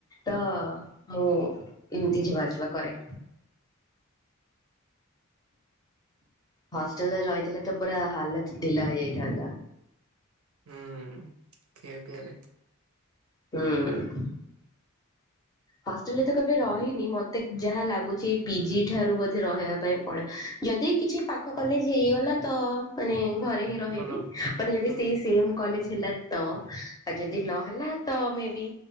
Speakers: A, on the left (about 20°); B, on the right (about 75°).
A: ତ ମୁଁ ଏମତି ଯିବା ଆସିବା କରେ। ହଷ୍ଟେଲରେ ରହିଥିଲେ ତ ପୁରା ହାଲତ ଢିଲା ହେଇଯାଇଥାନ୍ତା।
B: ହୁଁ ଖିଆ ପିଆରେ।
A: ହୁଁ। ହଷ୍ଟେଲରେ ତ କେବେ ରହିନି ମତେ ଯାହା ଲାଗୁଚି ପିଜି ଠାରୁ ବୋଧେ ରହିବା ପାଇଁ ପଡିବ। ଯଦି କିଛି ପାଖ କଲେଜ ହେଇଗଲା ତ ମାନେ ଘରେ ହିଁ ରହିବି
B: ଭଲ
A: ମାନେ ଯଦି
B: ହୁଁ
A: ସେ ସେମ୍ କଲେଜ ହେଲା ତ ଆଉ ଯଦି
B: ହୁଁ
A: ନହେଲା। ତ ମେ ବି